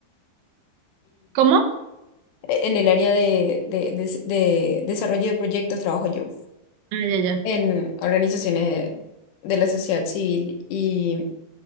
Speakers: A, on the right (about 85°); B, on the left (about 75°).
A: ¿Cómo?
B: e-, En el área de, de- de- de desarrollo de proyectos trabajo yo
A: Ah, ya, ya.
B: en organizaciones de de la sociedad civil y